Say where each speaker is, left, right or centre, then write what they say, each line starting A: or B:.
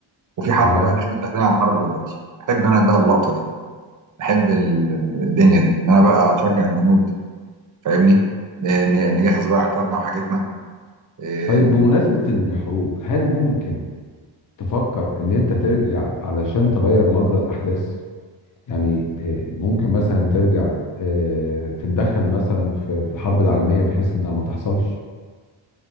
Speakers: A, on the right; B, on the left.
A: وفي حرب
B: اه
A: بقى داخلين داخلين على حرب دلوقتي احب انا بقى اللقطه دي احب ال- الدنيا دي ان انا بقى اشجع الجنود فاهمني ن- نجهز بقى عتادنا وحاجتنا إيه،
B: طيب
A: انا
B: بمناسبه الحروب هل ممكن تفكر ان انت ترجع علشان تغير مجرى الاحداث يعني آه، ممكن مثلا ترجع آه، تتدخل مثلا في في الحرب العالمية بحيث انها ما تحصلش